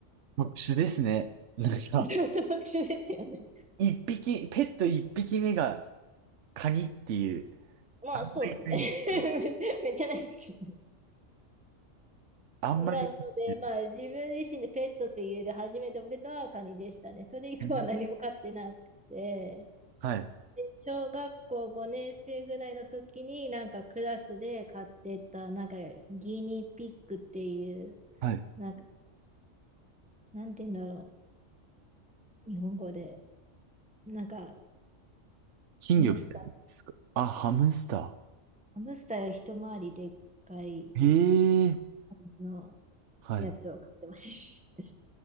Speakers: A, on the right; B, in the centre.
A: 特殊ですね。なんか、
B: <laughs> ちょっと特殊ですよね。
A: 一匹、ペット一匹目がカニっていう、
B: まあ、
A: あんまりないですね。
B: そうですね。<laughs> めめっちゃないですけどね。
A: あんまりないですよ
B: なので、まあ、自分自身でペットって言える初めてのペットはカニでしたね。それ以降は何も飼ってなくて。
A: ね。はい。
B: で小学校5年生ぐらいの時に、なんかクラスで買ってた、なんかギニピックっていう、
A: はい。
B: なんか、なんて言うんだろう、日本語で。なんか、
A: 金魚みたいなんですか。
B: ハムスター、
A: あ、ハムスタ
B: ハムスターより一回りでっかい、
A: ー。へえ。
B: あの、
A: はい。
B: やつを買ってました。